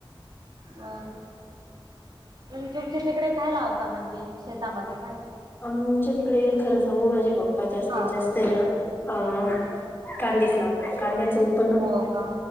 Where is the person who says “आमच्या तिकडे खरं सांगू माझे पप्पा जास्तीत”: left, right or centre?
Left